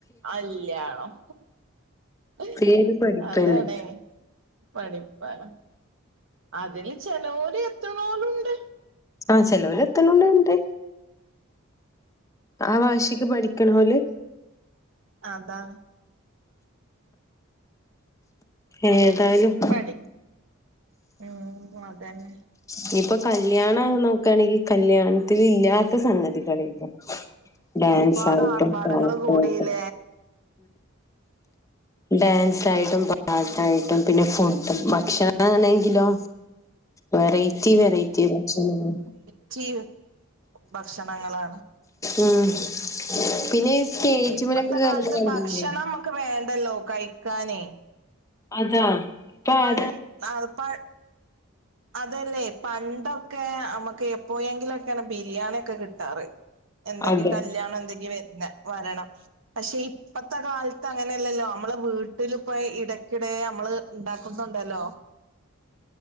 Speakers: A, on the right (about 65°); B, on the left (about 15°).
A: അല്യാണും ഇപൊ
B: പേര് പഠിപ്പന്നെ
A: അതാണെ. പടിപ്പാണ് അതില് ചെലോര് എത്ത്ണോലുണ്ട്.
B: ആ ചെലോര് എത്ത്ണുലുണ്ട് ആ വാശിക്ക് പഠിക്ക്ണോല്.
A: അതാ.
B: ഏതായാലും.
A: പഠി ഉം അതന്ന.
B: ഇനി ഇപ്പ കല്ല്യാണ നോക്കാണെങ്കി കല്യാണത്തിനില്ലാത്ത സംഗതികളില്ല. ഡാൻസായിട്ടും
A: ഒരുപാടാർഭാടങ്ങള്
B: പാട്ടായിട്ടും
A: കൂടീല്ലേ.
B: ഡാൻസായിട്ടും പാട്ടായിട്ടും പിന്ന ഫുഡ് ഭക്ഷണാണെങ്കിലോ. വെറെറ്റി വെറെറ്റി ഭക്ഷങ്ങൾ.
A: റ്റീ ഭക്ഷണങ്ങളാണ്.
B: ഉം പിന്നെ. സ്റ്റേജ്മലൊക്കെ
A: ഇപ്പത്ത
B: കേറുന്ന
A: കാലത്ത്
B: കണ്ടില്ലേ
A: ഭക്ഷണം നമ്മക്ക് വേണ്ടല്ലോ കയ്ക്കാന്.
B: അതാ. ഇപ്പ
A: പയ്
B: ആരാ
A: അത് പഴ്. അതല്ലെ പണ്ടൊക്കെ അമക്ക് എപ്പോയെങ്കിലൊക്കയാണ് ബിരിയാണി എക്ക കിട്ടാറ്. എന്തങ്കി
B: അതെ
A: കല്യാണ എന്തെങ്കി വെര്നം വരണം. പക്ഷെ ഇപ്പത്ത കാലത്ത അങ്ങനെ അല്ലല്ലോ അമ്മള് വീട്ട്ല് പ്പൊയ് ഇടക്ക്‌ടെ അമ്മള് ഇണ്ടാക്ക്‌ന്നോണ്ടല്ലോ.